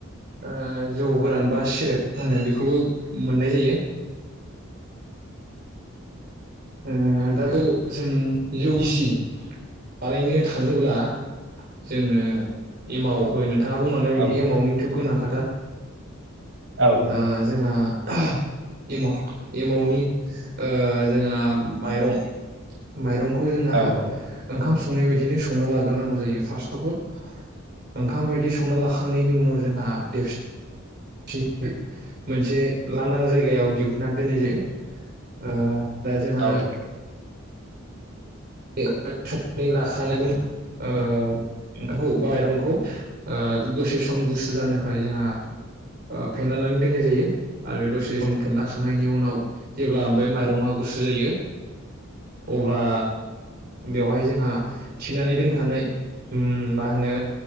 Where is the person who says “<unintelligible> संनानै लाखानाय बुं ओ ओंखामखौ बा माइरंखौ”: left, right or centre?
Right